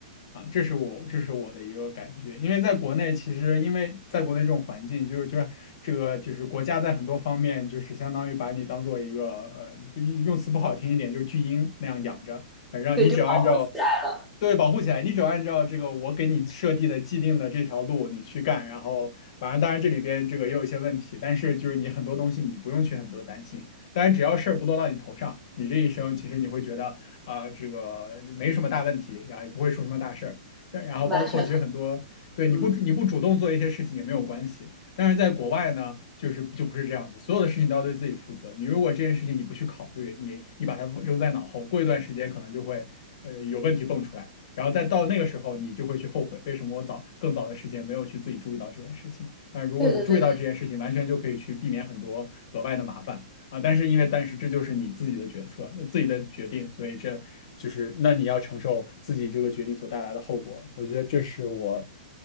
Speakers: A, on the left; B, in the centre.
A: 啊，这是我这是我的一个感觉，因为在国内，其实因为在国内这种环境，就是就是这个就是国家在很多方面就是相当于把你当做一个呃，不用词不好听一点，就是巨婴那样养着，反正你只要按照
B: 对，就保护起来了，
A: 对保护起来，你只要按照这个我给你设计的既定的这条路你去干，然后反正当然这里边这个也有一些问题，但是就是你很多东西你不用去很多担心，当然只要事儿不落到你头上，你这一生其实你会觉得。啊、呃这个没什么大问题，然后也不会出什么大事儿。然后包括其实很多，
B: 完全同
A: 对你不你不主动做一些事情也没有关系。
B: 嗯，
A: 但是在国外呢，就是就不是这样子，所有的事情都要对自己负责。你如果这件事情你不去考虑，你你把它扔在脑后，过一段时间可能就会呃有问题蹦出来，然后再到那个时候你就会去后悔，为什么我早更早的时间没有去自己注意到这件事情？但是如果我注意到这件事情，
B: 对对对。
A: 完全就可以去避免很多额外的麻烦。啊，但是因为但是这就是你自己的决策，呃自己的决定，所以这就是那你要承受自己这个决定所带来的后果。我觉得这是我